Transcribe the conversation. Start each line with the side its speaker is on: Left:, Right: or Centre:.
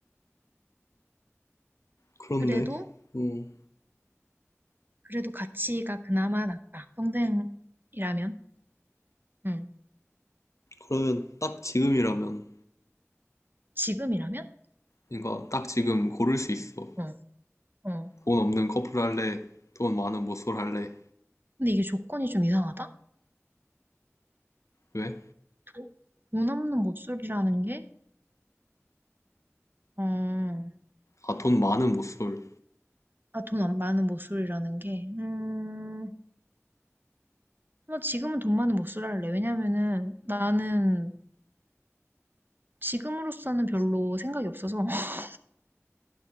Left: 그렇네.
Right: 그래도
Left: 음,
Right: 그래도 가치가 그나마 낫다. 평생이라면, 응.
Left: 그러면 딱 지금이라면.
Right: 지금이라면,
Left: 그러니까 딱 지금 고를 수 있어.
Right: 어, 어.
Left: 돈 없는 커플 할래? 돈 많은 모쏠 할래?
Right: 근데 이게 조건이 좀 이상하다.
Left: 왜?
Right: 도- 돈 없는 모쏠이라는 게, 어,
Left: 아, 돈 많은 모쏠.
Right: 아, 돈 안 많은 모쏠이라는 게, 음, 뭐 지금은 돈 많은 모쏠 할래. 왜냐면은 나는 지금으로서는 별로 생각이 없어서 <laughs>